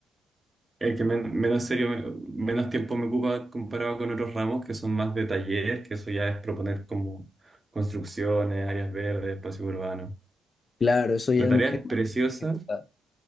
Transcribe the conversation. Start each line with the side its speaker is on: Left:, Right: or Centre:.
Right: el que men- menos serio, me- menos tiempo me ocupa comparado con otros ramos que son más de taller, que eso ya es proponer como construcciones, áreas verdes, espacios urbanos.
Left: Claro, eso ya
Right: La
Left: es
Right: tarea es
Left: más
Right: preciosa.
Left: ejecutado.